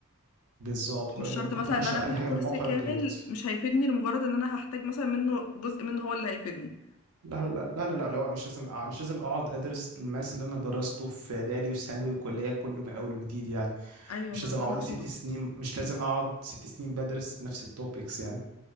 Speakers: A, on the right; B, on the left.
A: بالظبط كل-
B: مش شرط
A: ممكن
B: مثلا
A: تخش
B: ان انا
A: على
B: اخد
A: اي حاجه
B: كورس
A: من المواقع
B: كامل
A: ديت
B: مش هيفيدني لمجرد ان انا هحتاج مثلا منه جزء منه هو اللي هيفيدني
A: لا لا لا لا لا لا لا، مش لازم آه، مش لازم اقعد ادرس الماس اللي انا درسته في اعدادي والثانوي والكليه كله من اول وجديد يعني
B: ايوه
A: مش
B: ما
A: لازم
B: ده
A: اقعد
B: انا اقصده
A: ست سنين مش لازم اقعد ست سنين بدرس نفس التوبكس يعني